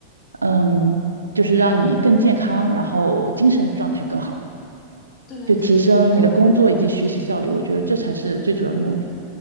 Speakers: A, on the right; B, on the left.
A: 嗯，就是让你更健康，然后精神状态更好，
B: 对对对。
A: 就提升你的工作以及学习效率。
B: 然后。
A: 我觉得这才是最主要的目的。